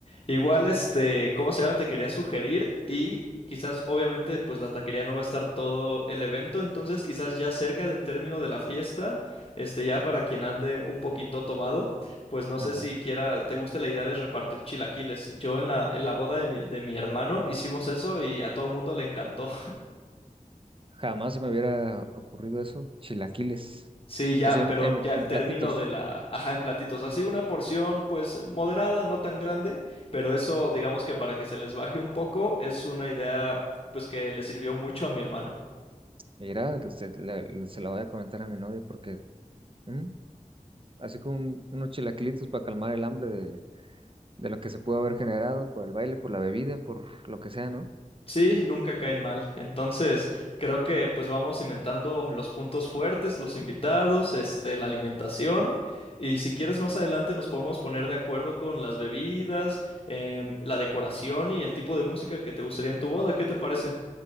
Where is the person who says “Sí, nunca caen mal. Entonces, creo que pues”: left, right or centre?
Left